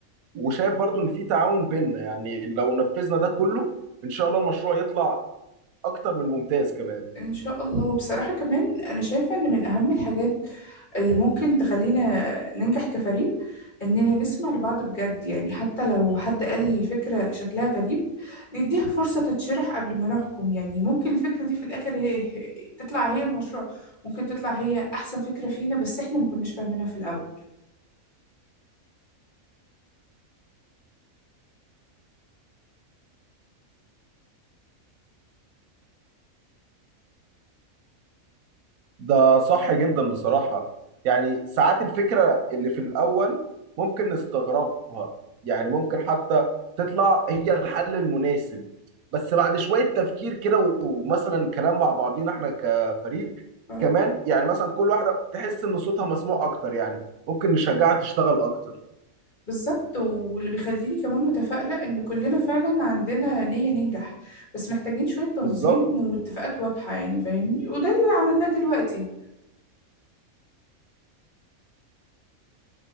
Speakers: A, on the right (about 85°); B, on the left (about 35°).
A: وشايف برضو ان في تعاون بيننا يعني لو نفذنا ده كله ان شاء الله المشروع يطلع اكتر من ممتاز كمان
B: إن شاء الله وبصراحة كمان أنا شايفة إن من أهم الحاجات اللي ممكن تخلينا ننجح كفريق إننا نسمع لبعض بجد يعني حتى لو حد قال الفكرة شكلها غريب نديها فرصة تتشرح قبل ما نحكم يعني ممكن الفكرة دي في الآخر هي تطلع هي المشروع ممكن تطلع هي أحسن فكرة فينا بس إحنا ما كناش فاهمينها في الأول
A: ده صح جدا بصراحة يعني ساعات الفكرة اللي في الأول ممكن نستغربها يعني ممكن حتى تطلع هي الحل المناسب بس بعد شوية تفكير كده ومثلا كلام مع بعضينا احنا كفريق
B: اه
A: كمان يعني مثلا كل واحدة تحس إن صوتها مسموع أكتر يعني ممكن نشجعها تشتغل أكتر
B: بالظبط واللي بيخليني كمان متفائلة إن كلنا فعلا عندنا نية ننجح بس محتاجين شوية تنظيم
A: بالظبط
B: واتفاقات واضحة يعني فاهمني وده اللي عملناه دلوقتي